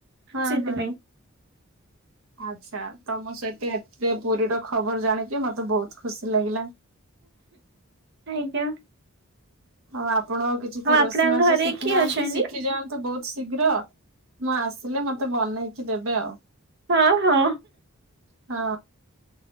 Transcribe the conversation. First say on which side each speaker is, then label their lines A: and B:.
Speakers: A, on the right (about 70°); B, on the right (about 50°).
A: ହଁ
B: ସେଥିପାଇଁ।
A: ହଁ। ଆଛା ତମ ସହିତ ଏବେ ପୁରୀର ଖବର ଜାଣିକି ମତେ ବହୁତ ଖୁସି ଲାଗିଲା।
B: ଆଜ୍ଞା।
A: ଆଉ ଆପଣ କିଛି
B: ଆଉ
A: ତ ରୋଷେଇବାସ
B: ଆପଣଙ୍କ ଘରେ
A: ଶିଖି
B: କିଏ
A: ନାହାନ୍ତି
B: ଅଛନ୍ତି?
A: ଶିଖି ଯାଆନ୍ତୁ ବୋହୁତ ଶୀଘ୍ର ମୁଁ ଆସିଲେ ମତେ ବନେଇକି ଦେବେ ଆଉ।
B: ହଁ ହଁ।
A: ହଁ